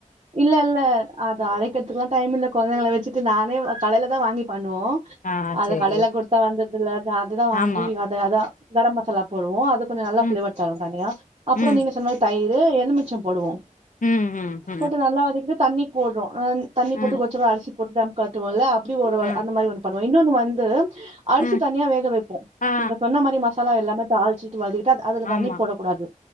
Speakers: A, on the right (about 45°); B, on the left (about 65°).
A: இல்லல்ல அத அரைக்கரத்துக்கெல்லா டைமில்ல கொழந்தைங்கள வச்சிட்டு நானே வ கடைலதா வாங்கி பண்ணுவோ
B: ஆ
A: அத
B: செரி
A: கடைல குடுத்தா வாந்ததில்ல தா அததா வாங்கி
B: ஆமா
A: வ த அதா கரம் மசாலா போடுவோ அது கொஞ்ச நல்லா
B: ம்
A: ஃப்ளேவர் தரு தனியா அப்பற
B: ம்
A: நீங்க சொன்னமார் தயிரு எலுமிச்சம் போடுவோ
B: ம் ம்
A: போட்டு
B: ம்
A: நல்லா வதக் தண்ணி போட்றோ அந்தண்ணி
B: ம்
A: போட்டு கொதிச்சப அரிசி போட்டு தம் கட்டுவோல்ல அப்டி ஒரு வக
B: ம்
A: அந்த மாரி ஒன்னு பண் இன்னொன்னு வந்து அரிசி
B: ம்
A: தனியா வேக வைப்போம்
B: ஆ
A: நீங்க சொன்ன மாரி மசாலா எல்லாமே தாள்ச்சிட்டு வதக்கிட்டு அத் அதுல தண்ணி
B: ஆமா
A: போடக் கூடாது